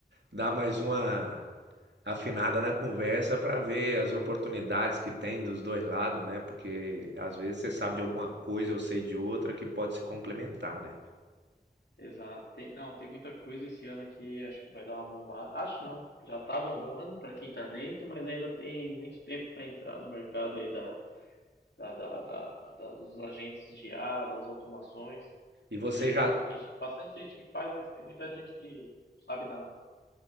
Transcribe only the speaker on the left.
Exato. Tem- não, tem muita coisa esse ano aqui. Acho que vai dar uma bombada. Acho não. Já está bombando para quem está dentro, mas ainda tem muito tempo para entrar no mercado aí da, da, da, da- da- dos agentes de IA, das automações.
Tem
muito, tem gente- bastante gente que faz, mas tem muita gente que não sabe nada.